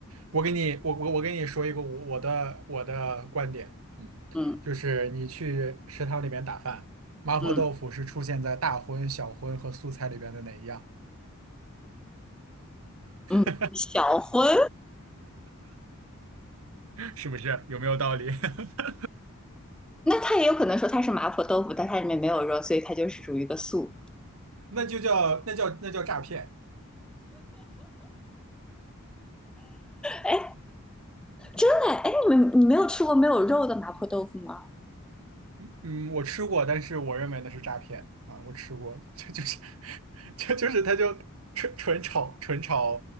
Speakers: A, on the right; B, in the centre.
A: 我给你我我我给你说一个我我的我的观点，嗯，
B: 嗯
A: 就是你去食堂里面打饭，麻婆豆腐是出现在大荤、
B: 嗯
A: 小荤和素菜里边的哪一样？
B: 嗯，
A: <laughs>
B: 小荤
A: 是不是？有没有道理？<laughs>
B: 那他也有可能说他是麻婆豆腐，但它里面没有肉，所以它就是属于一个素。
A: 那就叫那叫那叫诈骗。
B: 哎，真的，哎，你们你没有吃过没有肉的麻婆豆腐吗？
A: 嗯嗯，我吃过，但是我认为那是诈骗啊，我吃过，<laughs> 这就是这 <laughs> 就是他就纯纯炒纯炒